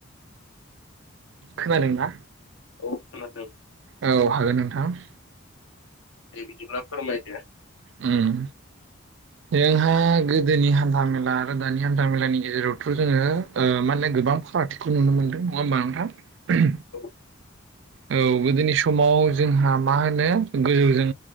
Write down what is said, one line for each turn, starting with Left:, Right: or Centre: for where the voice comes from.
Right: खोनादोंना?
Left: औ खोनादों।
Right: औ हागोन नोंथां।
Left: दे बिदिब्ला फोरमायदो
Right: उम जोंहा गोदोनि हान्था मेला आरो दानि हान्था मेलानि गेजेरावथ' जोङो मा होनो गोबां फारागथिखौ नुनो मोनदों नङा होमबा नोंथां?
Left: औ
Right: औ गोदोनि समाव जोंहा मा होनो गोजौजों